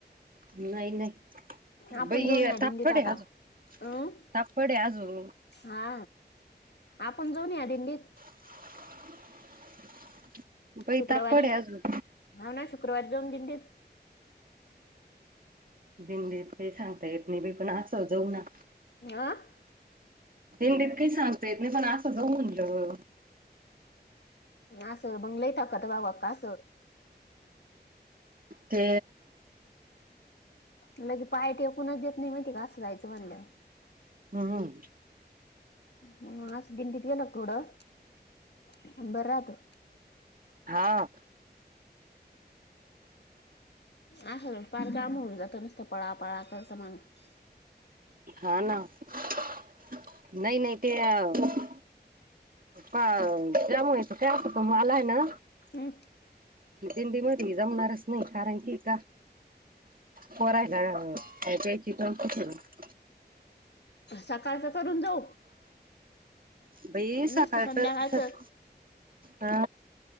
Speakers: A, on the right; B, on the left.
A: नाही नाही
B: आपण
A: बाई
B: जाऊन या दिंडीत
A: तापट
B: आता
A: आहे अजू
B: अं
A: तापड आहे आजू
B: हा आपण जाऊ ना या दिंडीत?
A: <unintelligible>
B: शुक्रवारी
A: तापड आहे अजून
B: हा ना शुक्रवारी जाऊ दिंडीत.
A: दिंडीत काही सांगता येत नाही बाई पण अस जाऊ ना.
B: अं
A: दिंडीत काही सांग ता येत नाही पण असं जाऊ म्हणलं.
B: आस बंगलई ताकत गाव आस
A: ते
B: लगे पाय टेकूनच देत नाही का आस जायचं असं म्हणल्याव.
A: हम् हम!
B: मग आस दिंडीत गेल का थोडं बरं राहत.
A: हा!
B: अस त पार जाम होऊन जातं, नुसतं पळा, पळा करत माणूस.
A: हा ना नही, नही ते अ. का त जाम व्हायचं काय असत, तो मालाय ना
B: हम्म
A: दिंडी मदी जमणारच नाही कारण की का? पोरायला त्यायची चीकन <unintelligible>
B: सकाळचं करून जाऊ?
A: बई
B: नुसतं
A: सकाळच
B: संध्याकाळचं
A: सक हा